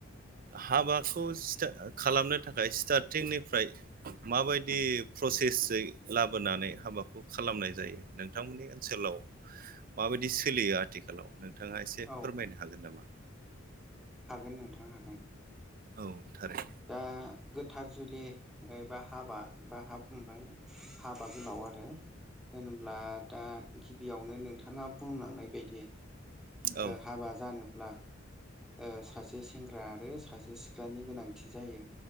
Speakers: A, on the right; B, in the centre.
A: हाबा खौ स्टा खालामनो थाखाय स्टारटिंनिफ्राय माबायदि प्रसेस जै लाबोनानै हाबाखौ खालामनाय जायो नोंथांमोननि ओनसोलाव माबायदि सोलियो आथिखालाव नोंथाङा एसे
B: औ
A: फोरमायनो हागोन नामा?
B: हागोन नोंथां हागोन
A: औ थारै
B: दा गोथार जुलि एबा हाबा बा हाब ओमफाय हाबा गोलाव आरो होनोब्ला दा गिबियावनो नोंथाङा बुंलांनाय बायदि
A: औ
B: ओ हाबा जानो ब्ला ओ सासे सेंग्रा आरो सासे सिख्लानि गोनांथि जायो।